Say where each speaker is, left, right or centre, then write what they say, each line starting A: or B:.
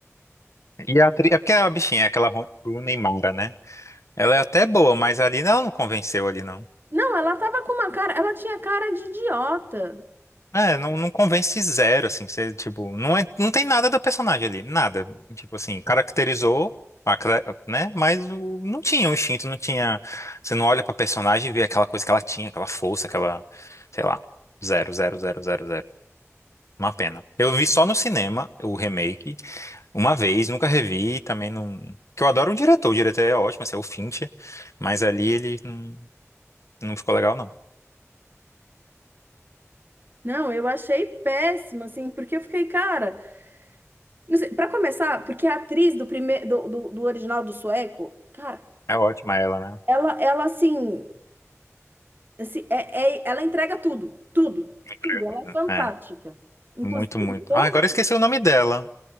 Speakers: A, on the left; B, on the right.
A: E a atriz, é porque a bichinha é aquela Ro- Rooney Mara, né? Ela é até boa, mas ali não, não convenceu ali não.
B: Não, ela tava com uma cara, ela tinha cara de idiota.
A: É, não, não convence zero, assim, você, tipo, não é, não tem nada da personagem ali, nada. Tipo assim, caracterizou, a cra- né? Mas o, não tinha o instinto, não tinha, você não olha pra personagem e vê aquela coisa que ela tinha, aquela força, aquela, sei lá, zero, zero, zero, zero, zero. Uma pena. Eu vi só no cinema o remake, uma vez, nunca revi, também não. Que eu adoro o diretor, o diretor é ótimo, assim, é o Fincher, mas ali ele não, não ficou legal, não.
B: Não, eu achei péssimo, assim, porque eu fiquei, cara. Não sei, Pra começar, porque a atriz do primeiro do, do, do original do sueco, cara, a-
A: É ótima ela, né?
B: ela ela assim, assim, é, é- ela entrega tudo, tudo,
A: Entrega
B: tudo, ela
A: tudo,
B: é
A: né?
B: fantástica.
A: É,
B: Inclusive
A: muito, muito.
B: todo,
A: Ah, agora eu esqueci o nome dela,